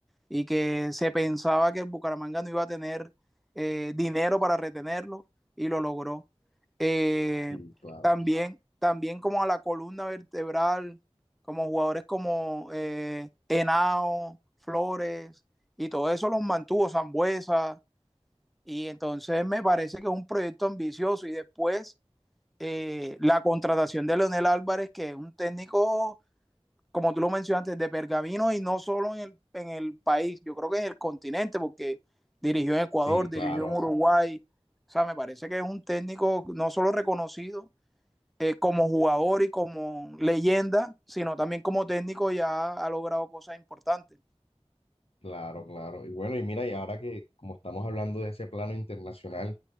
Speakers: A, in the centre; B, on the left.
A: y que se pensaba que el Bucaramanga no iba a tener eh, dinero para retenerlo, y lo logró. Eh,
B: Sí, claro.
A: también, también como a la columna vertebral, como jugadores como eh, Henao, Flores, y todo eso los mantuvo Zambuesa, y entonces me parece que es un proyecto ambicioso, y después eh, la contratación de Leonel Álvarez, que es un técnico, como tú lo mencionaste, de pergamino y no solo en el, en el país, yo creo que en el continente, porque dirigió en Ecuador,
B: Sí, claro,
A: dirigió en Uruguay. O sea, me parece que es un técnico no solo reconocido eh, como jugador y como leyenda, sino también como técnico ya ha logrado cosas importantes.
B: claro, claro. Y bueno, y mira, y ahora que como estamos hablando de ese plano internacional,